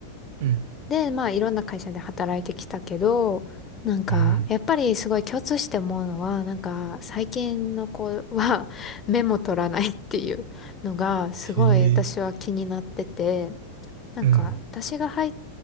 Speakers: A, on the right (about 50°); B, on the left (about 25°).
A: うん。
B: で、まあいろんな会社で働いてきたけど、なんか、
A: うん。
B: やっぱりすごい共通して思うのは、なんか、最近の子は <laughs> メモ取らないっていうのが、すごい私は気になってて、
A: へえ、
B: なんか、
A: うん。
B: 私が入っ、